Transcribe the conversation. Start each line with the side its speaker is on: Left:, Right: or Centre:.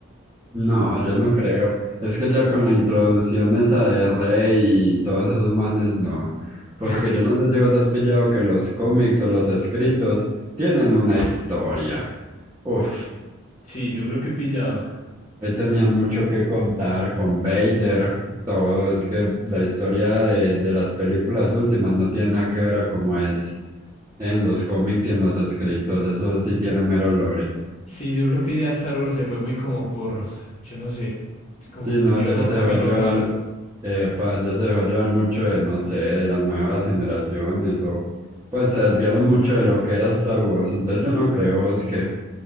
Right: No, yo no creo. Es que ya con la introducción esa de Rey y todos esos manes, no. Porque
Left: <laughs>
Right: yo no sé si vos has pillado que los cómics o los escritos tienen una historia. Uf,
Left: Sí, yo creo que he pillado.
Right: ahí tenían mucho que contar con Vader, todo. Es que la historia de, de las películas últimas no tiene nada que ver a cómo es en los cómics y en los escritos. Eso sí tiene mero lore.
Left: Sí, yo creo que ya Star Wars se fue muy como por, yo no sé, es como
Right: Sí,
Left: que cogieron
Right: no, ya
Left: un
Right: se
Left: camino
Right: dejó llevar,
Left: raro.
Right: eh, pues ya se dejó llevar mucho de, no sé, de las nuevas generaciones o pues se desviaron mucho de lo que era Star Wars. Entonces yo no creo, es que,